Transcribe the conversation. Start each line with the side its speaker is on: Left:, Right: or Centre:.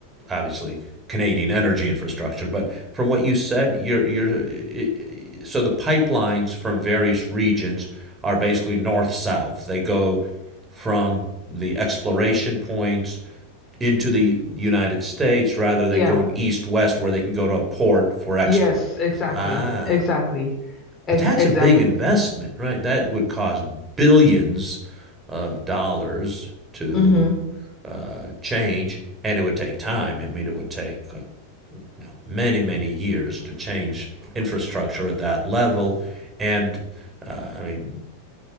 Right: obviously, Canadian energy infrastructure, but from what you said, you're you're. So the pipelines from various regions are basically north south. They go from the exploration points into the United States rather than
Left: yeah
Right: going east west where they can go to a port for export.
Left: yes exactly
Right: Ah,
Left: exactly Ex-
Right: but that's
Left: exactly
Right: a big investment, right? That would cost billions of dollars to
Left: hmm
Right: uh, change, and it would take time. I mean, it would take uh, you know, many, many years to change infrastructure at that level. And uh, I mean,